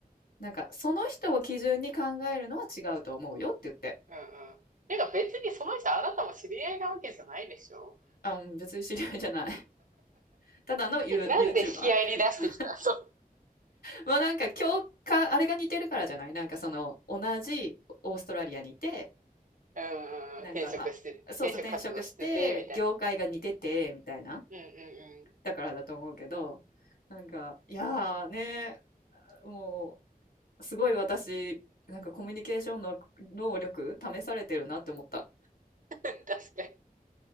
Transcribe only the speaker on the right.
うんうん。てか別にその人あなたも知り合いなわけじゃないでしょ
<laughs> なんで引き合いに出してきた
<laughs> そう。
うんうん。
転職して、
転職活動してて、みたいな。
うんうんうん。
確かに。